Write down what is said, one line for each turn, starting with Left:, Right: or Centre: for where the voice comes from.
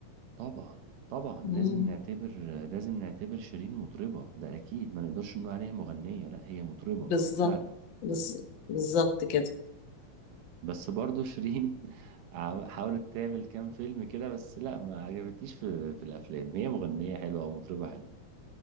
Right: طبعا طبعا لازم
Left: مم.
Right: نعتبر لازم نعتبر شيرين مطربة ده اكيد ما نقدرش نقول عليها مغنية لا هي مطربة
Left: بالظبط
Right: فعلا
Left: بالظ- بالظبط كده
Right: بس برضو شيرين <laughs> عم- حاولت تعمل كام فيلم كده بس لا ما عجبتنيش في في الافلام هي مغنية حلوة ومطربة حلوة